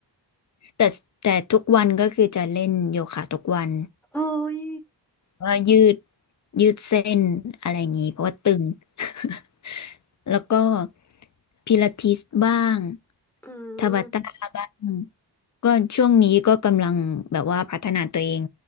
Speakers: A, on the left; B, in the centre.
A: แต่แต่ทุกวันก็คือจะเล่นโยคะทุกวัน
B: <laughs> เฮ้ย
A: ว่ายืดยืดเส้นอะไรอย่างนี้เพราะว่าตึง <laughs> แล้วก็พิลาทิสบ้าง
B: อืม
A: ทาบาตาบ้างก็ช่วงนี้ก็กำลังแบบว่าพัฒนาตัวเอง